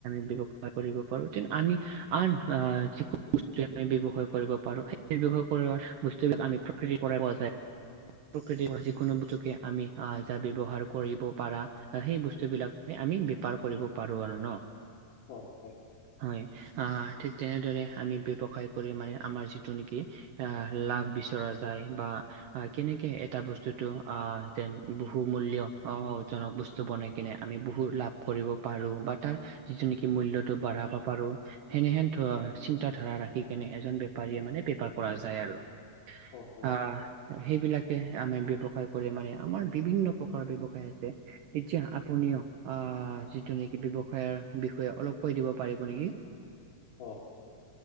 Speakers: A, on the right; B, on the left.
A: <inaudible> কৰিব পাৰোঁ তেন্ত আমি আন আহ যিকোনো বস্তু আমি ব্যৱসায় কৰিব পাৰোঁ সেই ব্যয়ৱসায় কৰা বস্তুবিলাক আমি <unintelligible> প্ৰকৃতিৰ যিকোনো বস্তুকে আমি আহ যা ব্যয়ৱসায় কৰিব পাৰা। সেই বস্তু বিলাক আমি বেপাৰ কৰিব পাৰোঁ আৰু ন।
B: অ হয়।
A: হয় আহ ঠিক তেনেদৰে আমি ব্যৱসায় কৰি মানে আমাৰ যিটো নেকি। আহ লাভ বিচৰা যায় বা। অ কেনেকে এটা বস্তুতো অ যেন বহু মূল্য অ জনক বস্তু বনাই। কিনে আমি বহু লাভ কৰিব পাৰোঁ বা তাৰ যিটো নেকি মূল্যটো বাঢ়াব পাৰোঁ। সেনেহেন ধ চিন্তা ধাৰা ৰাখি কিনে এজন বেপাৰীয়ে মানে বেপাৰ কৰা যায় আৰু।
B: অ হয়
A: আহ সেইবিলাকে আমি ব্যয়ৱসায় কৰে মানে আমাৰ বিভিন্ন প্ৰকাৰৰ ব্যৱসায় আছে। এতিয়া আপুনিও আহ যিটো নেকি ব্যৱসায়ৰ বিষয়ে অলপ কৈ দিব পাৰিব নেকি?
B: অ'